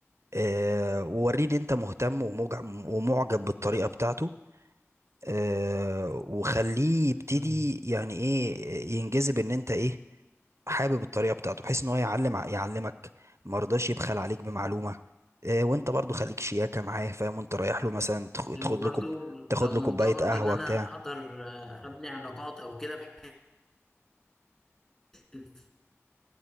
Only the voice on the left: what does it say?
مم.
وبرضو
لو
موضوع
برضو
إن أنا
أقدر آه، أبني علاقات أو كده بحيث إن